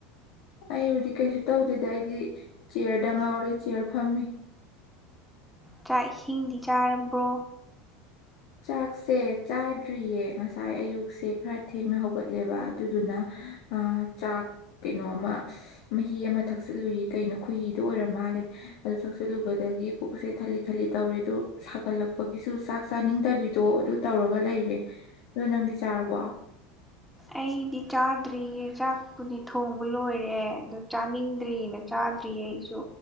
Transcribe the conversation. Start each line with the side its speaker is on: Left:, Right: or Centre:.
Left: ꯑꯩꯕꯨꯗꯤ ꯀꯩꯁꯨ ꯇꯧꯗꯦꯗ ꯑꯩꯗꯤ ꯆꯤꯌꯔꯗ ꯉꯥꯎꯔꯦ ꯆꯤꯌꯔ ꯐꯝꯃꯤ
Centre: ꯆꯥꯛ ꯏꯁꯤꯡꯗꯤ ꯆꯥꯔꯕ꯭ꯔꯣ
Left: ꯆꯥꯛꯁꯦ ꯆꯥ ꯇ꯭ꯔꯤꯌꯦ ꯉꯁꯥꯏ ꯑꯌꯨꯛꯁꯦ ꯈꯔ ꯊꯦꯡꯅ ꯍꯧꯒꯠꯂꯦꯕ ꯑꯗꯨꯗꯨꯅ ꯆꯥꯛ ꯀꯩꯅꯣꯃ ꯃꯍꯤ ꯑꯃ ꯊꯛꯆꯤꯜꯂꯨꯏ ꯀꯩꯅꯣ ꯈꯨꯍꯤꯗꯣ ꯑꯣꯏꯔ ꯃꯥꯜꯂꯦ ꯑꯗꯨꯗ ꯊꯛꯆꯤꯜꯂꯨꯕꯗꯒꯤ ꯄꯨꯛꯁꯦ ꯊꯂꯤꯠ ꯊꯂꯤ ꯇꯧꯔꯦ ꯑꯗꯣ ꯁꯥꯒꯠꯂꯛꯄꯒꯤꯁꯨ ꯆꯥꯛ ꯆꯥꯅꯤꯡꯗꯕꯤꯗꯣ ꯑꯗꯨ ꯇꯧꯔꯒ ꯂꯩꯔꯦ꯫ ꯑꯗꯣ ꯅꯪꯗꯤ ꯆꯥꯔꯕꯣ
Centre: ꯑꯩꯗꯤ ꯆꯥꯗ꯭ꯔꯤꯌꯦ ꯆꯥꯛꯄꯨꯗꯤ ꯊꯣꯡꯕ ꯂꯣꯏꯔꯦ ꯑꯗꯨ ꯆꯥꯅꯤꯡꯗ꯭ꯔꯤꯅ ꯆꯥꯗ꯭ꯔꯤꯌꯦ ꯑꯩꯁꯨ